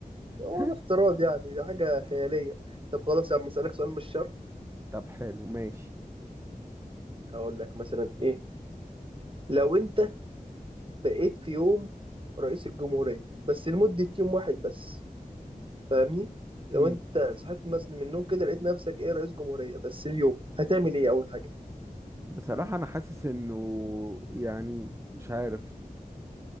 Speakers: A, on the right (about 35°); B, on the right (about 20°).
A: ده هو
B: <laughs>
A: ده افتراض يعني ده حاجة خيالية طب خلاص يا عم اسألك سؤال مش شر
B: طب حلو ماشي
A: اقول لك مثلا ايه لو انت بقيت في يوم رئيس الجمهورية بس لمدة يوم واحد بس فاهمني لو
B: مم.
A: انت صحيت مثلا من النوم كده لقيت نفسك ايه رئيس جمهورية بس اليوم هتعمل ايه اول حاجة
B: بصراحة أنا حاسس إنه يعني مش عارف